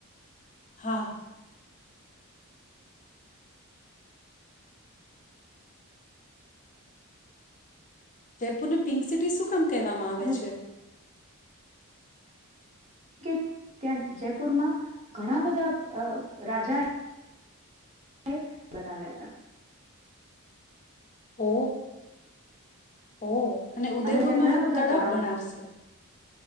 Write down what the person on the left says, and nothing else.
હા જયપુરને પિંક સિટી શું કામ કહેવામાં આવે
છે.
ઓ ઓ. અને ઉદયપુરમાં
તળાવ
ઘણા
હશે